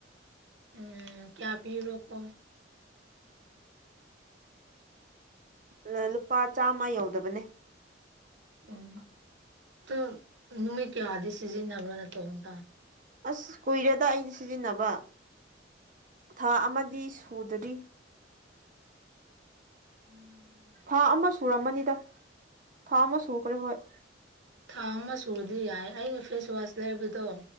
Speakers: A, on the right; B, on the right.
A: ꯎꯝ ꯀꯌꯥ ꯄꯤꯔꯣꯀꯣ
B: ꯂꯥ ꯂꯨꯄꯥ ꯆꯥꯝꯃ ꯌꯧꯗꯕꯅꯦ
A: ꯎꯝ ꯇꯨ ꯅꯨꯃꯤꯠ ꯀꯌꯥꯗꯤ ꯁꯤꯖꯤꯟꯅꯕ꯭ꯔꯣ ꯅꯥꯇꯣꯝꯇ
B: ꯑꯁ ꯀꯨꯏꯔꯦꯗ ꯑꯩꯗꯤ ꯁꯤꯖꯤꯟꯅꯕ ꯊꯥ ꯑꯃꯗꯤ ꯁꯨꯗꯔꯤ
A: ꯎꯝ
B: ꯊꯥ ꯑꯃ ꯁꯨꯔꯝꯃꯅꯤꯗ ꯊꯥ ꯑꯃ ꯁꯩꯈ꯭ꯔꯦ ꯍꯣꯏ
A: ꯊꯥ ꯑꯃ ꯁꯨꯔꯗꯤ ꯌꯥꯏ ꯑꯩꯅ‌ ꯐꯦꯁꯋꯥꯁ ꯂꯩꯕꯗꯣ